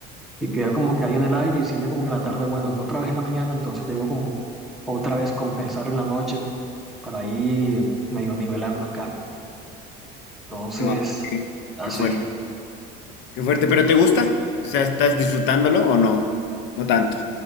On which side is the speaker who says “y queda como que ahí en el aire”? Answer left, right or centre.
Centre